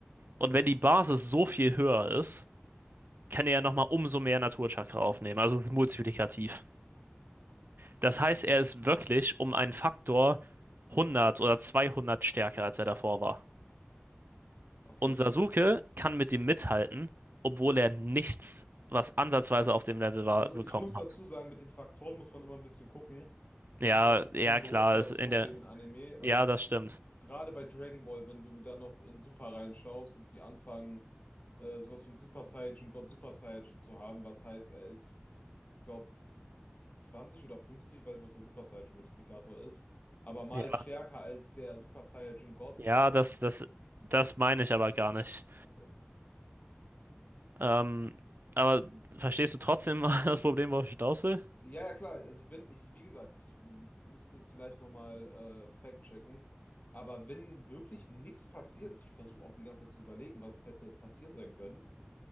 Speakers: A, on the left; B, on the right.
A: Mhm.
B: Und wenn die Basis so viel höher ist, kann er ja nochmal umso mehr Naturchakra aufnehmen. Also multiplikativ. Das heißt, er ist wirklich um einen Faktor 100 oder 200 stärker, als er davor war.
A: Okay.
B: Und Sasuke kann mit ihm mithalten, obwohl er nichts, was ansatzweise auf dem Level war,
A: Also
B: bekommen
A: ich muss dazu
B: hat.
A: sagen, mit den Faktoren muss man immer ein bisschen gucken.
B: Ja,
A: Das ist
B: ja,
A: ein Grundsatzproblem
B: klar, ist in der.
A: in Anime.
B: Ja,
A: Also
B: das stimmt.
A: gerade bei Dragon Ball, wenn du da noch in Super reinschaust und sie anfangen, äh, sowas wie einen Super Saiyajin, Gott Super Saiyajin zu haben, was heißt, er ist, ich glaube, 20 oder 50, weiß nicht, was der Super Saiyajin-Multiplikator ist, aber mal
B: Ja,
A: stärker als der Super Saiyajin Gott.
B: ja, das, das, das meine ich aber gar nicht.
A: Okay.
B: Ähm, aber verstehst du trotzdem <laughs> das Problem, worauf ich hinaus will?
A: Ja, ja, klar. Also wenn ich, wie gesagt, ich m, müsste es vielleicht nochmal äh, fact-checken. Aber wenn wirklich nichts passiert ist, ich versuche auch die ganze Zeit zu überlegen, was hätte passieren sein können.